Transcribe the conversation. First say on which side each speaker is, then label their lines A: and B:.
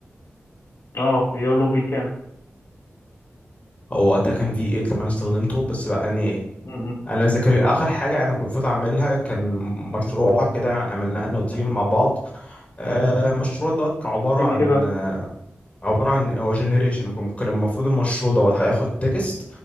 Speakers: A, on the left (about 70°); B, on the left (about 30°).
A: اه يولو في كام
B: هو وقتها كان في 8 لما انا استخدمته بس بقى يعني
A: م- م.
B: انا ذاكر اخر حاجه انا كنت المفروض اعملها كان مشروع كده عملناه انا وتيم مع بعض آه، المشروع دوت كان عباره
A: كان
B: عن
A: ايه بقى
B: عبارة عن هو جنريشن ممكن المفروض المشروع دوت هياخد تكست